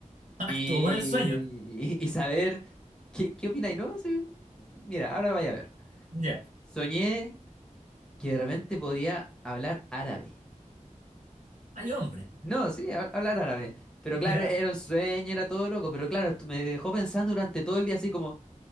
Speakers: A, on the right (about 70°); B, in the centre.
A: Ah,
B: y,
A: estuvo bueno el sueño.
B: y y saber qué, qué opináis, ¿no? Sí, mira, ahora vaya a ver.
A: Ya.
B: Soñé que de repente podía hablar árabe.
A: Ay, hombre.
B: No, sí, ha- hablar árabe. Pero
A: Ya.
B: claro, era un sueño, era todo loco, pero claro, esto me dejó pensando durante todo el día así como...